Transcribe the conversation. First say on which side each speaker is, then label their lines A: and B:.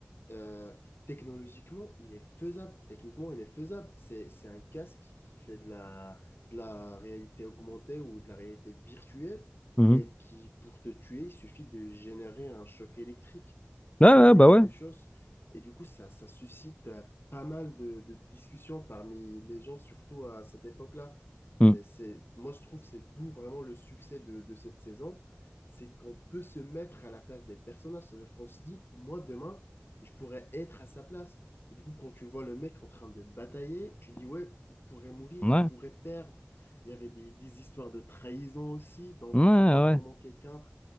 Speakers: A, on the left; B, on the left.
A: Euh, technologiquement, il est faisable. Techniquement, il est faisable. C'est, c'est un casque qui fait de la, de la réalité augmentée ou de la réalité virtuelle
B: Mhm.
A: et qui, pour te tuer, il suffit de générer un choc électrique.
B: Ouais,
A: Donc,
B: ouais,
A: c'est
B: bah
A: quelque
B: ouais.
A: chose. Et du coup, ça, ça suscite euh, pas mal de, de discussions parmi les gens, surtout à cette époque-là.
B: Mhm.
A: C'est, c'est, moi, je trouve, c'est d'où vraiment le succès de, de cette saison. C'est qu'on peut se mettre à la place des personnages. C'est-à-dire qu'on se dit, moi, demain, je pourrais être à sa place. Et du coup, quand tu vois le mec en train de batailler, tu dis, ouais, il pourrait mourir,
B: Ouais,
A: il pourrait perdre. Il y avait des, des histoires de trahison aussi. Donc,
B: ouais, ouais.
A: tu vois comment quelqu'un,